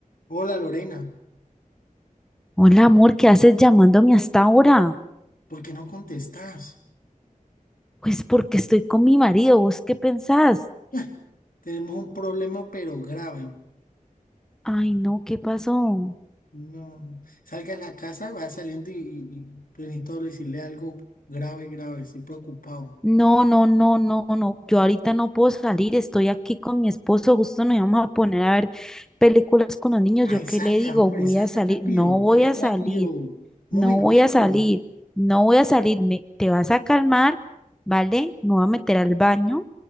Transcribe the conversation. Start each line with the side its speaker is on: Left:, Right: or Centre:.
Left: Hola Lorena,
Centre: Hola, amor, ¿qué haces llamándome hasta ahora?
Left: ¿por qué no contestás?
Centre: Pues porque estoy con mi marido, ¿vos qué pensás?
Left: Ah, <laughs> Tenemos un problema pero grave.
Centre: Ay, no, ¿qué pasó?
Left: No, salga a la casa, vaya saliendo y, y, y, pues, necesito decirle algo grave, grave, estoy preocupado.
Centre: No, no, no, no, no, yo ahorita no puedo salir, estoy aquí con mi esposo, justo nos íbamos a poner a ver películas con los niños, ¿yo
Left: Ay,
Centre: qué
Left: salga,
Centre: le digo?
Left: hombre,
Centre: Voy
Left: salga
Centre: a salir,
Left: rápido,
Centre: no voy
Left: salga
Centre: a salir,
Left: rápido. Un momentico.
Centre: no voy a salir, no voy a salirme, te vas a calmar, ¿vale? Me voy a meter al baño